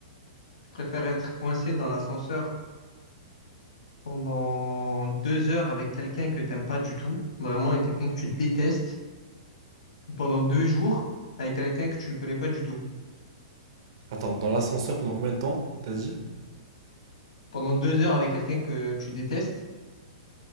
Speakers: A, on the left; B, on the right.
A: tu préfères être coincé dans l'ascenseur pendant deux heures avec quelqu'un que t'aimes pas du tout, vraiment, avec quelqu'un que tu détestes, ou pendant deux jours avec quelqu'un que tu ne connais pas du tout?
B: Attends, dans l'ascenseur pendant combien de temps, t'as dit?
A: Pendant deux heures avec quelqu'un que tu détestes